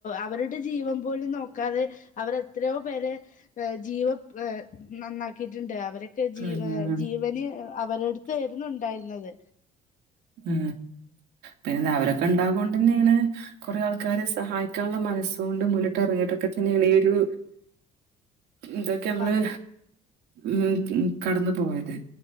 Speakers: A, on the left; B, on the right.
A: അവരുടെ ജീവം പോലും നോക്കാതെ അവരെത്രയോ പേരെ ജീവ നന്നാക്കിയിട്ടുണ്ട് അവരൊക്കെ ജീ
B: ഉം
A: ജീവന് അവരടുത്തായിരുന്നു ഉണ്ടായിരുന്നത്
B: ഉ പിന്നെ അവരൊക്കെ ഉണ്ടാകുകൊണ്ട് തന്നെയാണ് കൊറെേ ആൾക്കാരെ സഹായിക്കാനുള്ള മനസ്സും കൊണ്ട് മുന്നിട്ട് ഇറങ്ങിയിട്ടൊക്കെ അതെയാണ് ഒരു ഇതൊക്കെ നമ്മള്
A: അതെ
B: ഉം കടന്നു പോയത്